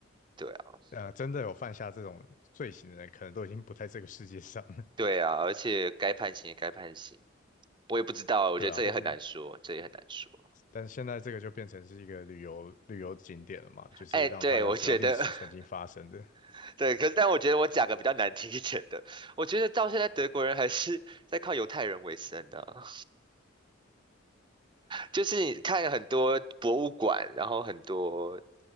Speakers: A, on the right; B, on the left.
A: 对啊，
B: 呃，真的有犯下这种罪行的人，可能都已经不在这个世界上了。
A: 对啊，而且该判刑也该判刑，我也不知道，
B: <laughs>
A: 我觉得这也很难说，
B: 对啊，但
A: 这也很难说。
B: 但现在这个就变成是一个旅游旅游景点了嘛，就是让大家知道历史曾经发生的。
A: 哎，对，我觉得 <laughs> 对，可是但我觉得我讲个比较难听一点的，我觉得到现在德国人还是在靠犹太人为生的啊就是你看很多博物馆，然后很多